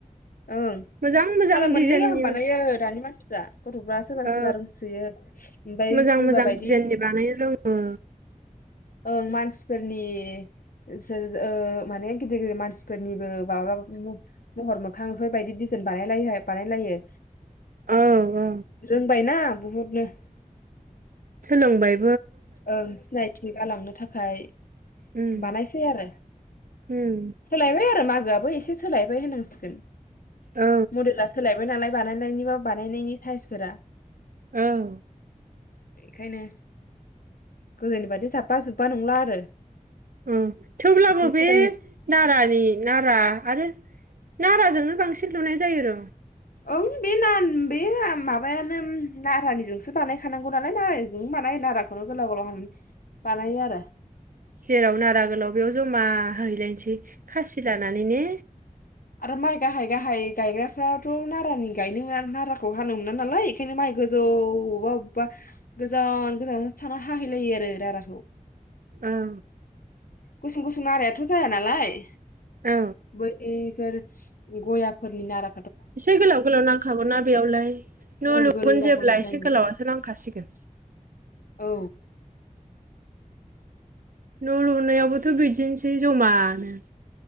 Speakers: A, on the left; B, on the right.
A: ओं
B: मोजां मोजां
A: थाला
B: डिजाइननि
A: मोननै गाहाम बानायो दानि मानसिफ्रा गथ'फ्रा सोरबा
B: औ
A: सोरबा रोंसोयो। ओमफ्राय
B: मोजां
A: सोरबा
B: मोजां
A: बायदि
B: दिजाइननि बानायनो रोङो।
A: ओं मानसिफोरनि ओ माने गिदिर गिदिर मानसिफोरनिबो माबा महर मोखां बेफोरबायदि दिजाइन बानायलायोहा बानायलायो
B: औ औ
A: रोंबायना बुहुदनो।
B: सोलोंबाय
A: ओं सिनायथि गालांनो थाखाय
B: उम
A: बानायसै आरो
B: उम
A: सोलायबाय आरो मागोआ। बो एसे सोलायबाय होननांसिगोन।
B: औ
A: मदेला सोलायबाय। बाय नालाय बानायनायनि बा बानायनायनि साइसफोरा
B: ओं
A: बेखायनो गोदोनि बादि जाब्बा जुब्बा नंला आरो।
B: औ थेवब्लाबो
A: एसे सिगांनि
B: बे नारानि नारा आरो नाराजोंनो बांसिन लुनाय जायो र'।
A: ओं बे ना बे माबायानो नारानिजोंसो बानायखानांगौ नालाय नारजों बानायो नाराखौनो गोलाव गोलाव हानानै बानायो आरो।
B: जेराव नारा गोलाव बेयाव जमा जाहैलायनोसै खासि लानानै ने।
A: आरो माइ गाहाय गाहाय गायग्राफ्राथ' नारानि गायनो नाराखौ हानो मोना नालाय ओंखायनो माइ गोजौ बबेबा अबेबा गोजान गोजान थाना हाहैलायो आरो नाराखौ।
B: औ
A: गुसुं गुसुं नारायाथ' जाया नालाय।
B: औ
A: बैफोर गयाफोरनि नारा
B: एसे गोलाव गोलाव नांखागौना बेयावलाय न'
A: ओं
B: लुगोन
A: गोलाव
B: जेब्ला
A: गोलाव
B: एसे
A: जायो
B: गोलावासो नांखासिगोन।
A: औ
B: न' सनायावबोथ' बिदिनोसै जमानो